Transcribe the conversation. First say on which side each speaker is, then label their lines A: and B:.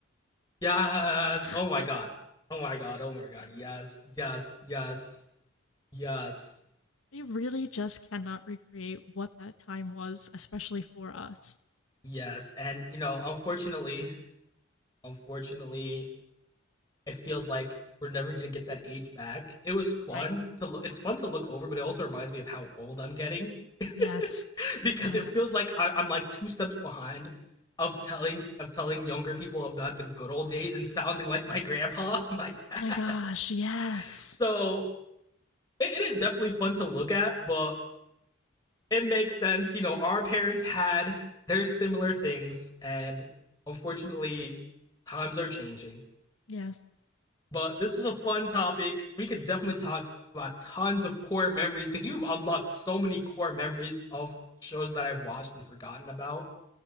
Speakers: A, on the left; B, on the left.
A: Yes.
B: <laughs>
A: Oh my god. Oh my god. Oh my god. Yes. Yes. Yes. Yes.
B: They really just cannot recreate what that time was, especially for us.
A: Yes. And you know, unfortunately, unfortunately, it feels like we're never gonna get that age back. It was fun
B: Right.
A: to look. It's fun to look over, but it also reminds me of how old I'm getting, <laughs>
B: Yes.
A: because
B: Oh my
A: it
B: gosh.
A: feels like I- I'm like two steps behind of telling of telling younger people of that the good old days and sounding like my grandpa <laughs> and my dad.
B: Oh my gosh. Yes.
A: So it, it is definitely fun to look at, but it makes sense. You know, our parents had their similar things, and unfortunately, times are changing.
B: Yes.
A: But this was a fun topic. We could definitely talk about tons of core memories because you've unlocked so many core memories of shows that I've watched and forgotten about.